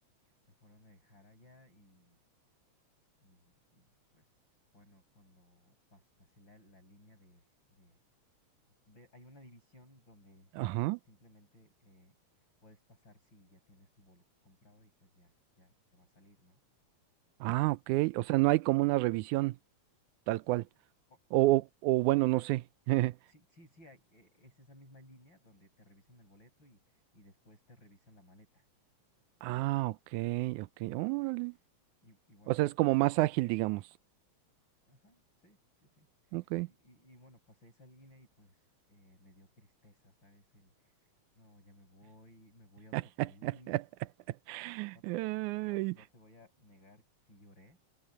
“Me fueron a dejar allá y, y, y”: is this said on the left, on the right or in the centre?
Left